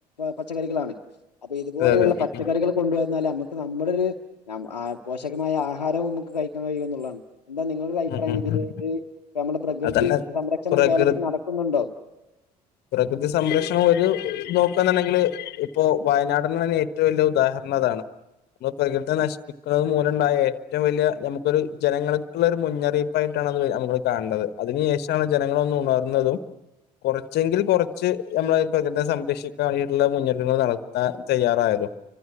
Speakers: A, on the left; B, on the left.
A: പച്ചക്കറികളാണ് അപ്പൊ ഇതുപോലെയുള്ള
B: അതെ അതെ ഉം
A: പച്ചക്കറികൾ കൊണ്ടുവന്നാല് നമ്മക്ക് നമ്മുടൊരു- ആ പോഷകമായ ആഹാരവും നമ്മ ക്ക് കഴിക്കാൻ കഴിയും എന്നുള്ളതാണ് എന്താ നിങ്ങളുടെ അഭിപ്രായം
B: ഉം ഉം
A: ഇതില്
B: ഉം
A: നമ്മടെ തൃ പ്രകൃതി
B: അതന്നെ
A: സംരക്ഷണം
B: പ്രകൃ
A: കേരളത്തിൽ നടക്കുന്നുണ്ടോ
B: പ്രകൃതി സംരക്ഷണം ഒരു നോക്കുകന്നുണ്ടെങ്കില് ഇപ്പൊ വയനാടന് തന്നെ ഏറ്റവും വലിയ ഉദാഹരണം എന്നതാണ് നമ്മള് പ്രകൃത്യെ നശിപ്പിക്കുന്നത് മൂലു ണ്ടായ ഏറ്റവും വല്യ നമുക്കൊരു ജനങ്ങൾക്കുള്ള ഒരു മുന്നറിയിപ്പായിട്ട് ആയിട്ടാണത് അത് നമ്മള് കാണണ്ടത് അതിന് ശേഷാണ് ജനങ്ങളൊന്നുണർന്നതും കുറ ഒന്നുംങ്കിൽ കൊറച്ച് നമ്മളക്ക പ്രകൃതി സംരക്ഷിക്കാ യിട്ടുള്ള മുന്നൊരുക്ക ങ്ങൾ നടത്താൻ തയ്യാറായതും